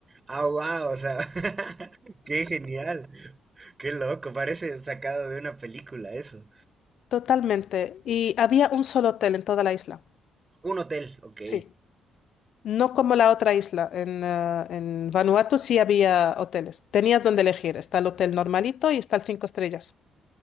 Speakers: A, on the right (about 25°); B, on the left (about 70°).
A: Ah, wow, o sea, <laughs> qué genial, qué loco, parece sacado de una película eso.
B: Totalmente. Y había un solo hotel en toda la isla.
A: Un hotel, ok,
B: Sí. No como la otra isla. En, eh, en Vanuatu sí había hoteles. Tenías donde elegir. Está el hotel normalito y está el cinco estrellas.